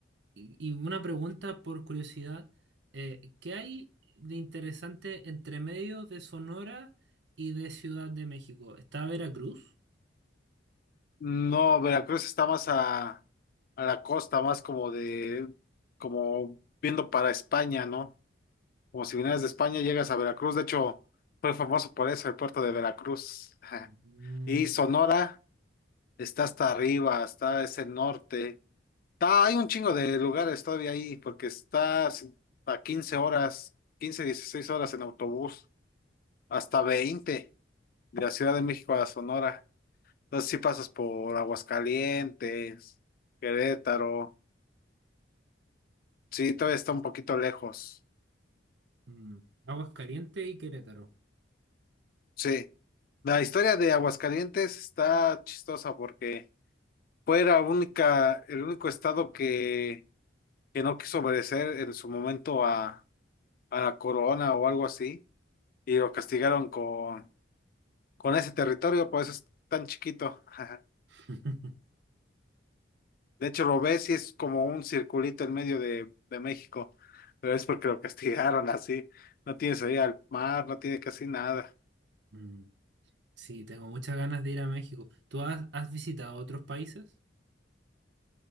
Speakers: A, on the right; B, on the left.
A: Y y una pregunta por curiosidad, eh, ¿qué hay de interesante entre medio de Sonora y de Ciudad de México? ¿Está Veracruz?
B: No, Veracruz está más a, a la costa, más como de, como viendo para España, ¿no? Como si vinieras de España, llegas a Veracruz. De hecho, fue famoso por eso, el puerto de Veracruz. <laughs>
A: Mm,
B: Y Sonora. está hasta arriba, está ese norte. Está, hay un chingo de lugares todavía ahí, porque está si, a 15 horas, 15 16 horas en autobús, hasta 20 de la Ciudad de México a la Sonora. Entonces sí pasas por Aguascalientes, Querétaro. Sí, todavía está un poquito lejos.
A: mm, Aguascalientes y Querétaro.
B: Sí. La historia de Aguascalientes está chistosa porque fue la única, el único estado que, que no quiso obedecer en su momento a a la corona o algo así, y lo castigaron con, con ese territorio, por eso es tan chiquito. <laughs>
A: <laughs>
B: De hecho, lo ves y es como un circulito en medio de, de México, pero es porque lo castigaron <laughs> así. No tiene salida al mar, no tiene casi nada.
A: Mm, sí, tengo muchas ganas de ir a México. ¿Tú has, has visitado otros países?